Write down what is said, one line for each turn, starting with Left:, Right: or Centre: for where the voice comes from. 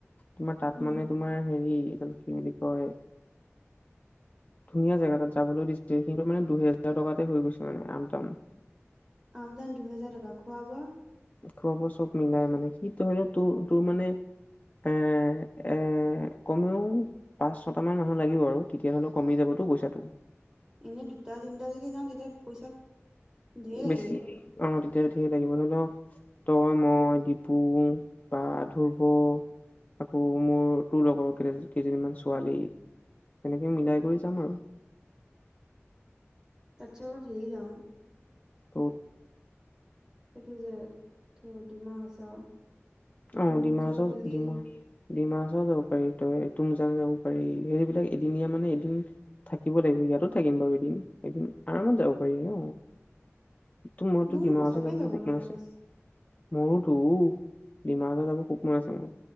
Left: তোমাৰ তাত
Right: উম
Left: মানে তোমাৰ হেৰি কি বুলি ক'য়। ধুনীয়া জেগা তাত যাবলৈ দিছিল কিন্তু মানে দুহেজাৰ টকাতে হৈ গৈছে মানে আপ ডাউন-
Right: আমজান দুহেজাৰ টকা খুৱা বোৱা।
Left: খোৱাব চব মিলাই মানে সটো ধৰিলেও তোৰ তোৰ মানে- এ এ কমেও পাঁচ ছট মান মানুহ লাগিব। আৰু তেতিাহ'লে কমি যাবো পইচাটো।
Right: এনেই দুটা তিনটা যদি যাওঁ তেতিয়া পইচা। ঢেৰ লাগিব
Left: বেছি অ তেতিয়া ডেৰ লাগিব ন তই মই ডিপু বা ধুৰব আকৌ মোৰ তোৰ লগৰ কে কেইজনীমান ছোৱালী তেনেকে মিলাই কৰি যাম আৰু-
Right: তাতছে ভাল হেৰি যাওঁ।
Left: কত
Right: এইটো যে তো ডিমা হাচাও
Left: অ
Right: দুৰ্য
Left: ডিমা হাছাও
Right: ভেলী
Left: ডিমা ডিমা হাছাও যাব পাৰি তই তুমজাং যাব পাৰি সেইবিলাক এদিনীয়া মানে এদিন- থাকিব লাগিব ইয়াতো থাকিম বাৰু এদিন এদিন আৰামত যাব পাৰি ন তো মইতো
Right: মোৰ
Left: ডিমা
Right: কিন্তু সঁচাকে
Left: হাছাও যাম বুলি
Right: যাবলৈ
Left: সপোন
Right: মন
Left: আছে মোৰো তোৰো ডিমা হাছাও যাব খুব মন আছে মোৰ